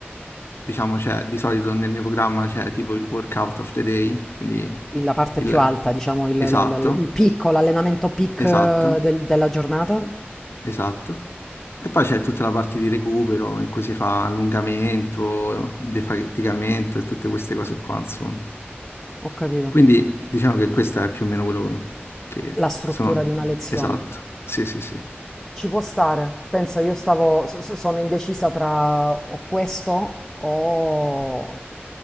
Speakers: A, on the left; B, in the centre.
A: diciamo, c'è di solito nel mio programma c'è tipo il workout of the day, quindi
B: Il- La parte
A: il
B: più alta, diciamo, il,
A: esatto,
B: il- il- il picco, l'allenamento peak
A: esatto,
B: eh, del- della giornata.
A: esatto. E poi c'è tutta la parte di recupero in cui si fa allungamento, defaticamento e tutte queste cose qua, insomma.
B: Ho capito.
A: Quindi diciamo che questo è più o meno quello che
B: La struttura
A: sono...
B: di una lezione.
A: Esatto, sì, sì, sì,
B: Ci può stare. Pensa, io stavo, so- so- sono indecisa tra o questo o